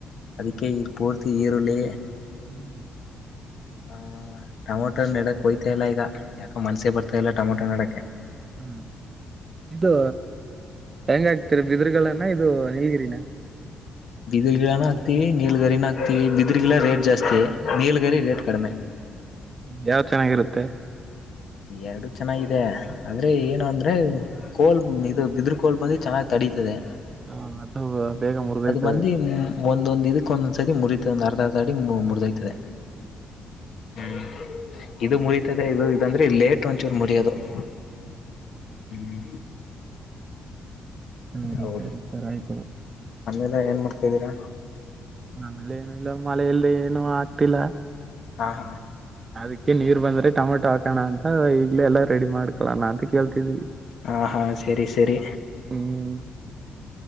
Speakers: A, on the left; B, on the right.
A: ಅದಕ್ಕೆ ಈ ಪೋರ್ತಿ ಈರುಳ್ಳಿ
B: ಹ್ಮ್
A: ಹ ಟಮಾಟ ನೆಡಕ್ ಹೋಯ್ತಾ ಇಲ್ಲ ಈಗ ಯಾಕೋ ಮನಸೆ ಬರ್ತಇಲ್ಲ ಟಮಟೋ ನೆಡಕ್ ಓಕೆ
B: ಹ್ಮ್ ಇದು ಹೆಂಗ ಆಗ್ತರಿ ಬಿದರ್ಗಗಳನ ಇದು ನೀಲ್ಗಿರಿನ
A: ಬಿದರು ಗಿಡಾನ ಹಾಕ್ತಿವಿ ನೀಲ್ಗಾರಿನ ಹಾಕ್ತೀವಿ ಬಿದ್ರ ಗಿಡಾ ರೇಟ್ ಜಾಸ್ತಿ ನೀಲಗರಿ ರೇಟ್ ಕಡಿಮೆ
B: ಯಾವ ಚೆನ್ನಾಗಿರುತ್ತೆ
A: ಎರಡು ಚೆನ್ನಾಗಿದೆ ಅಂದ್ರೆ ಏನ ಅಂದ್ರೆ ಕೋಲ್ ಇ ಬಿದ್ರ ಕೋಲ್ ಬಂದು ಚೆನ್ನಾಗ್ ತಡತದೆ
B: ಹಾ ಅದು ಬೇಗ ಮುರುಗೈತದೆ
A: ಬಂದು ಒಂದೊಂದ್ ಇದಕ್ಕ ಒಂದೊಂದ್ ಸರಿ ಮುರತದ ಒಂದು ಅರ್ಧ ಅರ್ಧ ಅಡಿ ಮುರಿದಯ್ತದೆ ಹ್ಮ್ ಇದು ಮುರಿ ಇ ಇದು ಇದಂದ್ರೆ ಲೇಟ್ ಒಂಚೂರು ಮುಡರಿಯೋದು <unintelligible> ಹ್ಮ್
B: <unintelligible>
A: ಹೌದು
B: ಆಯ್ತು
A: ಆಮೇಲೆ ಏನು ಮಾಡ್ತಾದ್ದೀರಾ
B: ಆಮೇಲೆ ಏನ ಇಲ್ಲ ಮಳೆಯಲ್ಲಿ ಏನು ಆಗ್ತಿಲ್ಲಾ
A: ಹಾ ಹಾ
B: ಅದಕ್ಕೆ ನೀರ್ ಬಂದ್ರೆಟಮೆಟೊ ಹಾಕೋಣ ಅಂತ ಈಗ್ಲೇ ಎಲ್ಲಾ ರೆಡಿ ಮಾಡ್ಕೊಳ ನಾ ಅಂತ ಕೇಳ್ತಿದ್ವಿ
A: ಹಾ ಹಾ ಸರಿ ಸರಿ
B: ಹ್ಮ್